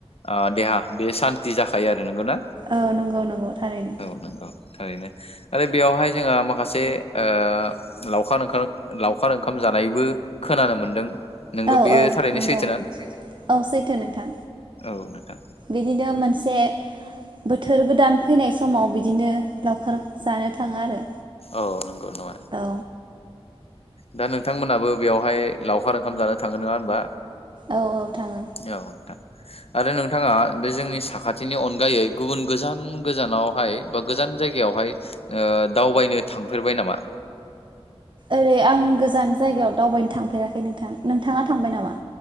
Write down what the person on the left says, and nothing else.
ओ देहा बे सान्ति जाखायो आरो नंगौ ना
औ नंगौ थारैनो। आरो बेयावहाय जोंहा माखासे ओ लावखार ओंखार लावखार ओंखाम जानायबो खोनानो मोनदों। नोंगौ
बेयो
थारैनो
सैथोना
औ नोंथां
औ नंगौ <unintelligible>
दा नोंथांमोनहाबो बेवहाय लावखार ओंखाम जानो थाङो नोङा होमबा?
औ नोंथां। आरो नोंथाङा बे जोंनि साखाथिनि अनगायै गुबुन गोजान गोजानावहाय बा गोजान जायगायावहाय ओ दावबायनो थांफेरबाय नामा?